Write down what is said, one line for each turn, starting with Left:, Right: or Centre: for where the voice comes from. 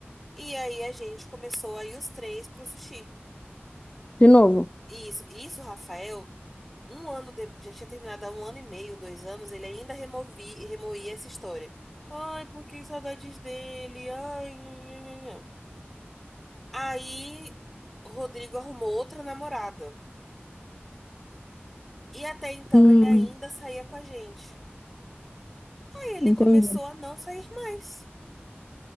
Centre: E aí a gente começou a ir os três pro sushi.
Left: De novo.
Centre: Isso, isso, Rafael, um ano de... já tinha terminado há um ano e meio, dois anos, ele ainda removi, remoía essa história. Ai, porque saudades dele. Ai, nhanhanhanhan. Aí, o Rodrigo arrumou outra namorada. E até então
Left: Hum,
Centre: ele ainda saía com a gente. Aí ele
Left: entendi.
Centre: começou a não sair mais.